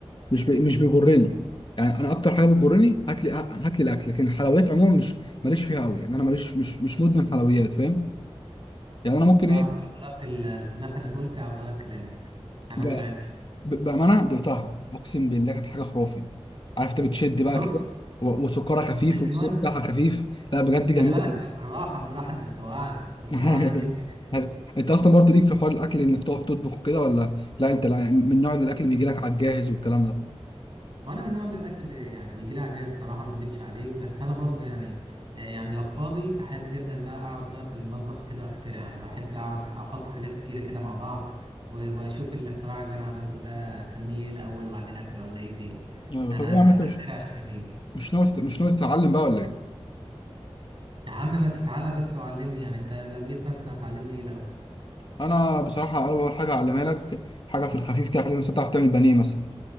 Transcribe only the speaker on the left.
مش بي... مش بيجرني يعني انا اكتر حاجه بتجرني هات لي هات لي الاكل لكن الحلويات عموما مش ماليش فيها قوي يعني انا ماليش مش مش مدمن حلويات فاهم يعني انا ممكن
ايه
ب...
ب... بامانه دقتها اقسم بالله كانت حاجه خرافي عارف انت بتشد بقى
كده و... وسكرها خفيف
والزيت بتاعها خفيف لا بجد جميله
<laughs>
انت اصلا برضه ليك في حوار الاكل انك تقف تطبخ كده ولا لا انت لا من نوع الاكل اللي بيجي لك على الجاهز والكلام ده
يعني
طب إيه
يا
عم انت
مش
مش ناوي تت- مش ناوي تتعلم بقى ولا ايه
انا بصراحه اول حاجه اعلمها لك حاجه في الخفيف كده خليك مثلا تعرف تعمل بانيه مثلا